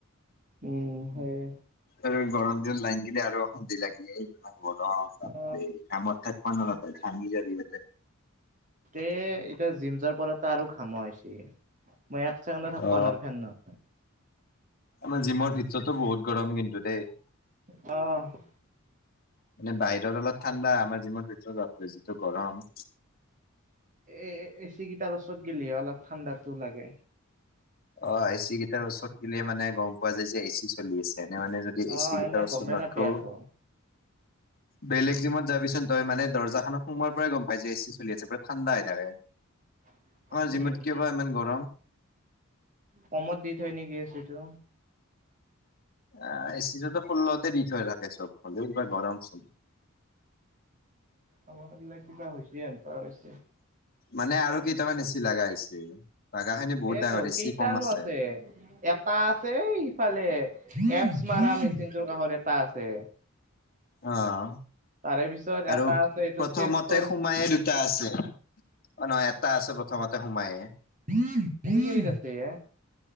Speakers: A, on the right; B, on the left.
A: উম, সেই।
B: আৰু গৰম দিন লাইন কিটা আৰু অশান্তি লাগি গৰম কামত
A: অ
B: থাক প খানগী <unintelligible> জ আি
A: এ এতিয়া জিম যোৱা পৰা টা আৰু ঘাম আহছে, মই এক ছেকেণ্ডো থাকবা
B: অ
A: নোৰো ফেন ন
B: আমাৰ জিমৰ ভিতৰতো বহুত গৰম কিন্তু দেই।
A: অ'।
B: মানে বাহিৰত অলপ ঠাণ্ডা আমাৰ জিমৰ ভিতৰত বাপৰে যিটো গৰম।
A: এ এ চি কেইটাৰ ওচৰত গেলহে অলপ ঠাণ্ডাতটো লাগে।
B: অ'। এচি কেইটাৰ ওচৰত গিলে মানে গম পোৱা যায় যে এ চি চলি আছে এনে মানে যদি এই
A: অ
B: এ চি গীটাৰ
A: এনে
B: উচৰত
A: গমেই
B: নাথকো
A: নাপায় আকৌ
B: বেলেগ জিমত যাবিচোন তই মানে দৰ্জাখন সোমাৰ পৰাই গম পাই যে এ চি চলি আছে পুৰা ঠাণ্ডা হৈ থাকে।
A: <inaudible>
B: অমাৰ
A: উম
B: জিমত কিবা ইমান গৰম।
A: কমত দি থয় নেকি এচিটো।
B: এ এচি টোতো ষোল্লতে দি থৈ থাকে চব ফালে, হ'লেও বা গৰম চল-
A: আমাৰ এইবিলাক কিবা হৈছে, এনকা হৈছে।
B: মানে আৰু কেইটামান এচি লগা হৈছে, লগা খিনি বহুত
A: সেইটো
B: ডাঙৰ বেছি
A: কেইটানো
B: কম আছে।
A: এটা আছে ইফালে, কেপচ মাৰা মেচিনটোৰ কাষত এটা আছে।
B: অ',
A: তাৰে পিছত এটা
B: আৰু
A: আছে এইটো
B: প্ৰথমতে
A: চেষ্টৰ
B: সোমায়ে দুটা আছে, অ', নহয় এটা আছে প্ৰথমতে। সোমায়ে।
A: কোনখিনিত আছে এ।